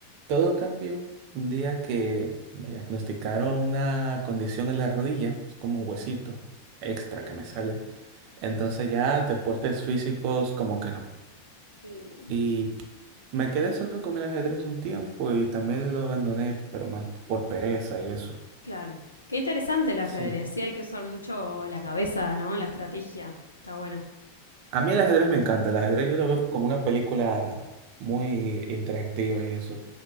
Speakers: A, on the right; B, on the left.
A: todo cambió un día que me diagnosticaron una condición en la rodilla, es como un huesito extra
B: Mm,
A: que me sale. Entonces ya deportes físicos como que no.
B: mm.
A: Y me quedé solo con el ajedrez un tiempo y también lo abandoné, pero más por pereza y eso.
B: Claro. Qué interesante el ajedrez.
A: Sí.
B: Sí, hay que usar mucho la cabeza, ¿no? La estrategia. Está bueno.
A: A mí el ajedrez me encanta. El ajedrez yo lo veo como una película muy interactiva y eso.